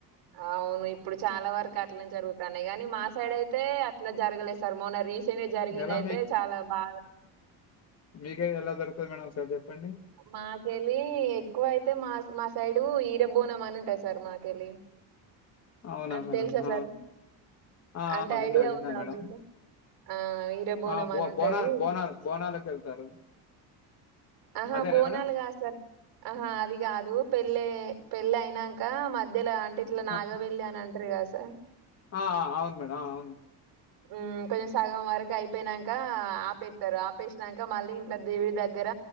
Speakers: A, on the right; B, on the left.
A: అవును ఇప్పుడు చాలా వరకట్లే జరుగుతానయి గని మా
B: ఆ!
A: సైడ్ అయితే అట్ల జరగలేస్ సార్ మొన్న రీసెంట్గ జరిగిందయితే
B: ఎలా
A: చాలా బాగా
B: మీకేలి ఎలా జరుగుతది మేడం ఒక్సారి జెప్పండి?
A: మాకెలీ ఎక్కువయితే మాస్ మా సైడు ఈ గ బ్బోనమనుంటయయి సార్ మాకేలి,
B: అవునా
A: అంటె
B: మేడం?
A: తెలుసా సార్
B: ఆ!
A: మిక్
B: ఆ!
A: అంటే
B: ఆ! విన్నా,
A: ఐడియా
B: విన్నా
A: ఉందా
B: మేడం.
A: మీకు ఆ ఈర బోనమనుంటది,
B: ఆ! బో బోనాలు బోనాలు బోనాలకెళ్తారు.
A: అహ్ ఆ
B: అదేనా
A: బోనాలు
B: మేడం?
A: గాదు సార్, ఆహా అది గాదు పెళ్ళయి పెళ్ళయినంక ఆ మధ్యల అంటే ఇట్ల నాగబెల్లి
B: ఆ!
A: అని అంటరు గదసార్
B: ఆ ఆ అవును మేడం, అవును.
A: ఉమ్ కొంచెం సగం వరకయిపోయినంకా ఆపేత్తరు ఆపేసినంక మళ్ళీ ఇంట్ల దేవి దగ్గర